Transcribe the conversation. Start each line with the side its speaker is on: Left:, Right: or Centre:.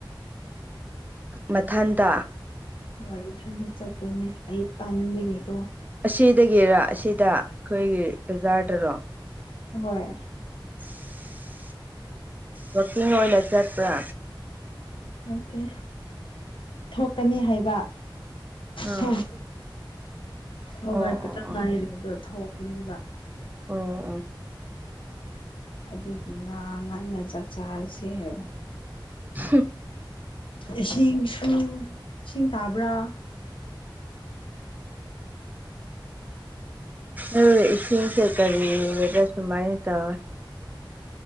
Right: ꯃꯊꯟꯇ
Left: ꯍꯣꯢ ꯃꯊꯟꯗ ꯆꯠꯇꯣꯢꯅꯦ ꯑꯩ ꯇꯥꯟꯕꯒꯤꯀꯣ
Right: ꯑꯁꯤꯗꯒꯤꯔ ꯑꯁꯤꯗ ꯑꯩꯈꯣꯢꯒꯤ ꯕꯖꯥꯔꯗꯔꯣ
Left: ꯍꯣꯢ
Right: <inaudible> ꯋꯥꯛꯀꯤꯡ ꯑꯣꯢꯅ ꯆꯠꯄ꯭ꯔꯥ
Left: ꯅꯠꯇꯦ ꯊꯣꯛꯀꯅꯤ ꯍꯥꯢꯕ
Right: ꯑꯥ
Left: <unintelligible> ꯎꯝ ꯍꯧꯒꯠꯄꯇ
Right: ꯑꯣ ꯑꯣ ꯑꯣ
Left: ꯉꯥꯢꯔꯦ ꯑꯗꯣ ꯊꯣꯡꯀꯅꯤꯕ
Right: ꯑꯣ ꯑꯣ
Left: ꯑꯗꯨꯒꯤ ꯃꯥ ꯉꯟꯅ ꯆꯥꯛ ꯆꯥꯔꯁꯦ ꯍꯥꯢꯕ
Right: ꯍꯝ
Left: ꯏꯁꯤꯡ ꯁꯨ ꯏꯁꯤꯡ ꯇꯥꯕ꯭ꯔꯥ
Right: ꯎꯝ ꯏꯁꯤꯡ ꯁꯦ ꯀꯔꯤꯌꯦꯒꯦ ꯁꯨꯃꯥꯢꯅ ꯇꯧꯋꯦ